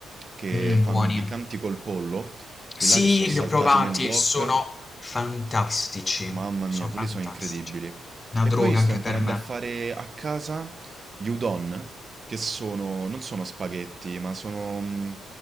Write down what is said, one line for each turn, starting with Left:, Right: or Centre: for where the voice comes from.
Right: che
Left: mm,
Right: fanno
Left: buoni.
Right: piccanti col pollo, quelli
Left: Sì,
Right: là che sono saltati
Left: li ho provati,
Right: nel wok,
Left: sono fantastici.
Right: Mamma mia,
Left: Sono
Right: quelli
Left: fantastici.
Right: sono incredibili.
Left: Una
Right: E
Left: droga
Right: poi sto
Left: anche
Right: imparando
Left: per me.
Right: a fare a casa gli udon, che sono, non sono spaghetti, ma sono, mm,